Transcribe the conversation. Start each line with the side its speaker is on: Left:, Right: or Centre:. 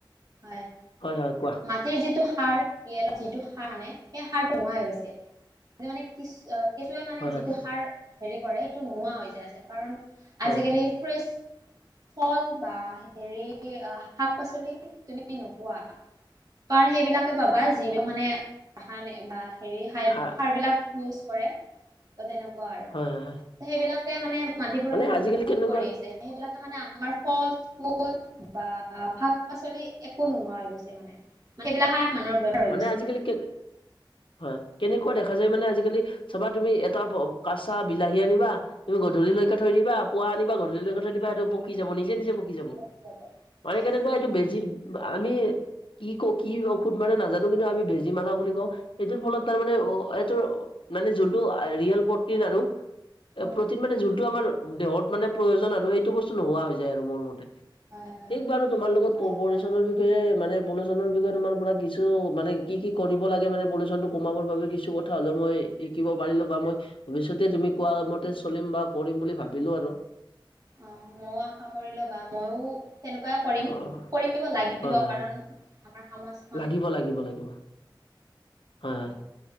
Right: হয়।
Left: হয় কোৱা
Right: মা তিৰ যিটো সাৰ ৰিয়ল যিটো সাৰ মানে সেই সাৰটো নোৱাই হৈ গৈছে। সেইটো মানে কিছু আ কেচুৱে মানে
Left: হয়
Right: যিটো
Left: হয়
Right: সাৰ হেৰি কৰে সেইটো নোহোৱা হৈ যায় আছে। কাৰণ
Left: হয়
Right: আজিকালি ফ্ৰেছ ফল বা হেৰি ই ই আ আ শাক-পাচলি তুমি নোপোৱা। কাৰণ সেইবিলাকে পাবা, যিবিলাক মানে সানে বা হেৰি সাৰ
Left: হা
Right: সাৰবিলাক ইউজ কৰে, ত' তেনেকুৱা আৰু ত
Left: হয় হয় হয়
Right: সেইবিলাকে মানে মাটি প্ৰদূষনটো
Left: মানে আজিকালি
Right: বহুত
Left: কেনেকুৱা
Right: কৰি আহিছে। সেইবিলাকে মানে আমাৰ ফল-ফুল বা আ হা পাচলি একো নোহোৱা হৈ গৈছে মানে। মানে সেইবিলাক খাই আহা মানুহৰ বেমাৰ হৈ
Left: মানে
Right: গৈছে
Left: আজিকালি কে হয় কেনেকুৱা দেখা যায় মানে আজিকালি এ হ চাবা তুমি এটা ব কাঁচা বিলাহী আনিবা আহ তুমি গধূলি লৈ থৈ দিবা পুৱ আনিবা গধূলিকৈ থৈ দিবা সেইটো পকি যাব নিজে নিজে পকি যাব।
Right: য়েছ
Left: মানে কেনেকুৱা এইটো বেজি আমি কি ক কি ঔষধ মাৰে নাজানো। কিন্তু আমি বেজি মাৰা বুলি কওঁ সেইটোৰ ফলত তাৰমানে এইটো মানে যোনটো ৰিয়েল প্ৰটিন আৰু।
Right: উম
Left: এ প্ৰটিন মানে যোনটো আমাৰ দেহত মানে প্ৰয়োজন আৰু সেইটো বস্তু নোহোৱা হৈ যায় আৰু মোৰ মতে। <unintelligible>
Right: হয় হয় সেইটো
Left: বাৰু তোমাৰ লগত ক পলিচনৰ বিষয়ে মানে পলিউচনৰ বিষয়ে তোমাৰ পৰা কি ছু মানে কি কি কৰিব লাগে মানে পলিচন টো কমাবৰ বাবে কিছু কথা হ'লেও মই শিকিব পাৰিলো বা মই ভৱিষ্যতে তুমি কোৱা মতে চলিম বা কৰিম বুলি ভাবিলো আৰু।
Right: অ', ময়ো আশা কৰিলো বা ময়ো তেনেকুৱাই কৰিম
Left: অ
Right: কৰিব লাগিব
Left: হয় হয়
Right: কাৰণ
Left: হয়
Right: আমাৰ সমাজ
Left: লাগিব লাগিব লাগিব হয়, হয়
Right: অ